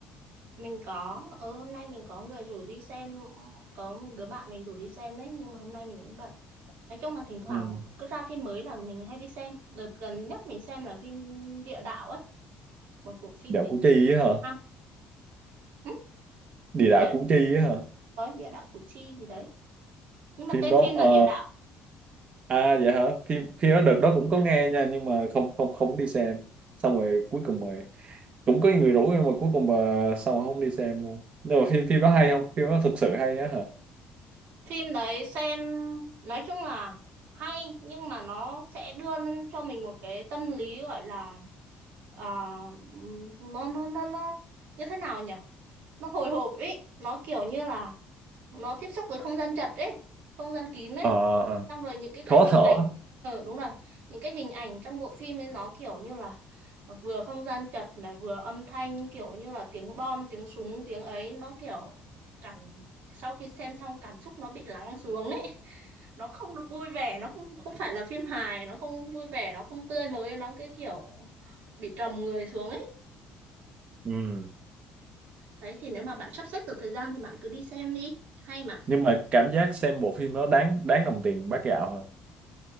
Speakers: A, on the right (about 75°); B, on the right (about 35°).
A: mình có ừ, hôm nay mình có người rủ đi xem có một đứa bạn mình rủ đi xem đấy nhưng mà hôm nay mình cũng bận nói chung là thỉnh thoảng
B: ừ.
A: cứ ra phim mới là mình hay đi xem đợt gần nhất mình xem là phim Địa Đạo ấy một bộ phim
B: dạo
A: về
B: Củ
A: Việt
B: Chi á hả
A: Nam ừ,
B: địa đạo
A: địa,
B: Củ Chi á hả
A: có địa đạo Củ Chi gì đấy nhưng mà
B: phim
A: tên
B: đó
A: phim
B: ờ,
A: là Địa Đạo
B: À dạ hả? Phim phim đó đợt đó cũng có nghe nha nhưng mà không không không đi xem. Xong rồi cuối cùng mà cũng có người rủ nhưng mà cuối cùng mà sao mà không đi xem luôn. Nhưng mà phim phim đó hay không? Phim đó thực sự hay á hả?
A: phim đấy xem nói chung là hay nhưng mà nó sẽ đưa cho mình một cái tâm lý gọi là à, nó nó nó nó như thế nào nhỉ nó hồi hộp ấy nó kiểu như là nó tiếp xúc với không gian chật ấy không gian kín ấy
B: Ờ,
A: xong rồi những cái cái
B: khó
A: hình
B: thở.
A: ảnh ờ đúng rồi những cái hình ảnh trong bộ phim ấy nó kiểu như là vừa không gian chật này vừa âm thanh kiểu như là tiếng bom tiếng súng tiếng ấy nó kiểu cảm sau khi xem xong cảm xúc nó bị lắng xuống ấy nó không được vui vẻ nó không không phải là phim hài nó không vui vẻ nó không tươi mới nó cái kiểu bị trầm người xuống ấy
B: Ừ.
A: đấy thì nếu mà bạn sắp xếp được thời gian thì bạn cứ đi xem đi hay mà
B: Nhưng mà cảm giác xem bộ phim đó đáng đáng đồng tiền bát gạo hả?